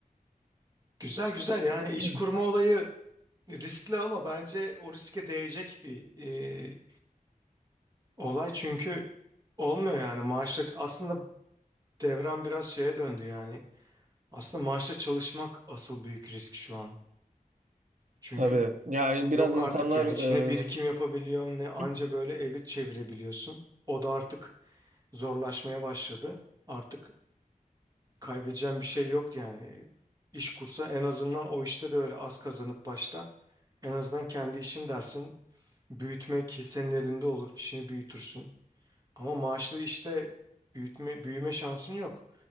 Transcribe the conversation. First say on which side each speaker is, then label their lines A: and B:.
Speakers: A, on the right (about 25°); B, on the right (about 60°).
A: Güzel güzel yani
B: <clears throat>
A: iş kurma olayı riskli ama bence o riske değecek bir e, olay çünkü olmuyor yani maaşla aslında devran biraz şeye döndü yani. Aslında maaşla çalışmak asıl büyük risk şu an. Çünkü
B: Tabii. Yani biraz
A: yok
B: insanlar
A: artık yani hiç ne birikim
B: e,
A: yapabiliyorsun ne anca
B: <clears throat>
A: böyle evi çevirebiliyorsun. O da artık zorlaşmaya başladı. Artık kaybedeceğim bir şey yok yani. İş kursa en azından o işte de öyle az kazanıp başta en azından kendi işim dersin. Büyütmek senin elinde olur, işini büyütürsün. Ama maaşlı işte büyütme, büyüme şansın yok.